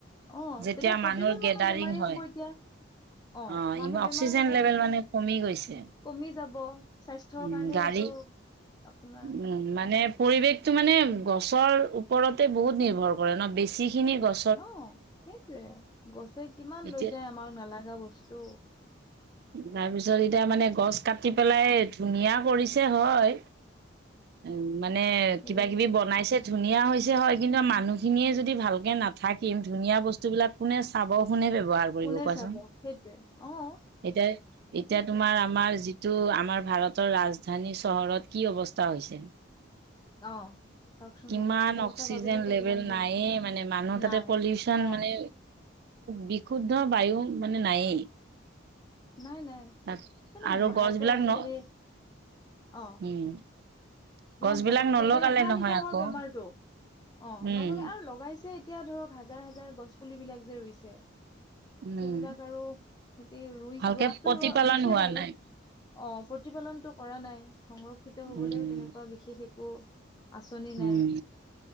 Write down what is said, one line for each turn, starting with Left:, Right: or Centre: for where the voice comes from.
Left: অ',
Right: যেতিয়া
Left: তেতিয়া প্ৰতিজন
Right: মানুহ গেডাৰিং
Left: বেমাৰী
Right: হয়
Left: হ'ব এতিয়া অ',
Right: অঁ
Left: মানুহ
Right: ইমান অক্সিজেন
Left: বেমাৰ হ'ব
Right: লেভেল মানে কমি গৈছে
Left: কমি যাব স্বাস্থ্যৰ
Right: উম
Left: কাৰণেও
Right: গাড়ী
Left: এইটো আপোনাৰ
Right: উম মানে পৰিৱেশতটো মানে গছৰ ওপৰতে বহুত নিৰ্ভৰ কৰে ন বেছি খিনি গছ
Left: অ সেইটোৱেই গছে কিমান
Right: এতিয়া
Left: লৈ যায় আমাক নালাগা বস্তু
Right: তাৰপিছত এতিয়া মানে গছ কাটি পেলাই ধুনীয়া কৰিছে হয় উ মানে
Left: সেইটো
Right: কিবা কিবি বনাইছে ধুনীয়া হৈছে হয় কিন্তু মানুহখিনিয়ে যদি ভালকৈ নাথাকিম ধুনীয়া বস্তুবিলাক কোনে চাব কোনে ব্যৱহাৰ কৰে কৰিব
Left: কোনে
Right: কোৱাচোন
Left: চাব সেইটোৱে অ',
Right: এতিয়া এতিয়া
Left: সেইটোৱে
Right: তোমাৰ আমাৰ যি তাটো আমাৰ ভাৰতৰ ৰাজধানী চহৰত কি অৱস্থা হৈছে
Left: অ চাওকচোন
Right: ইমান
Left: বাৰু সেইটো
Right: অক্সিজেন
Left: কথা ভাবিলেতো
Right: লেভেল
Left: কিমান ভয়
Right: নাইয়ে
Left: লাগে
Right: মানে মানুহ তাতে
Left: নাই
Right: পলিউচন
Left: অ
Right: মানে বিশুদ্ধ বায়ু মানে নায়েই
Left: নাই নাই
Right: তাত
Left: মানে
Right: আৰু
Left: ভাৰতৰ
Right: গছবিলাক
Left: আজিকালি
Right: ন
Left: অ
Right: উম
Left: কিমান
Right: গছবিলাক
Left: পটককে
Right: নলগালে
Left: যে উশাহ
Right: নহয়
Left: নিশাহৰ
Right: আকৌ।
Left: বেমাৰটো অ
Right: উম,
Left: নলগা আৰু লগাইছে এতিয়া ধৰক হাজাৰ হাজাৰ গছ পুলিবিলাক যে ৰুইছে
Right: উম,
Left: সেইবিলাক আৰু সিহতি ৰুই
Right: ভালকে
Left: ৰোৱাটো
Right: প্ৰতিপালন
Left: ৰ ৰুইছে
Right: হোৱা
Left: বাৰু
Right: নাই।
Left: আহ প্ৰতিপালনতটো কৰা নাই সংৰক্ষিত হবলৈও
Right: উম,
Left: তেনেকুৱা বিশেষ একো আচনি
Right: উম।
Left: নাই।